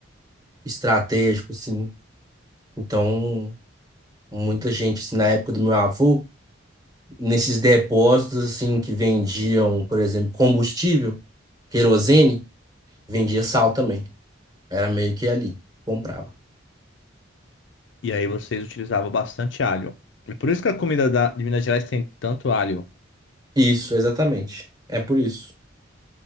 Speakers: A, on the right; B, on the left.
A: estratégico, assim. Então, muita gente, assim, na época do meu avô, nesses depósitos, assim, que vendiam, por exemplo, combustível, querosene, vendia sal também. Era meio que ali, comprava.
B: e aí vocês utilizavam bastante alho. É por isso que a comida da, de Minas Gerais tem tanto alho.
A: Isso, exatamente. É por isso.